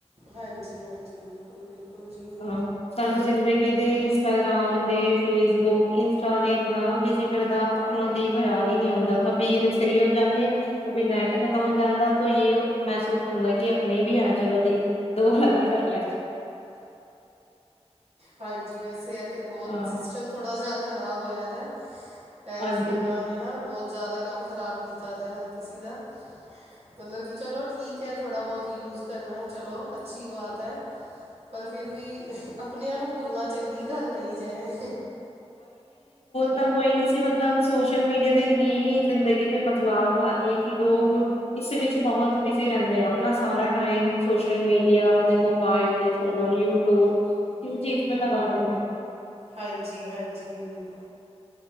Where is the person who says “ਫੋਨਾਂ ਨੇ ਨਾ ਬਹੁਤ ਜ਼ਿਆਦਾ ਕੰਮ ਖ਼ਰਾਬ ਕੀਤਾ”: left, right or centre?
Right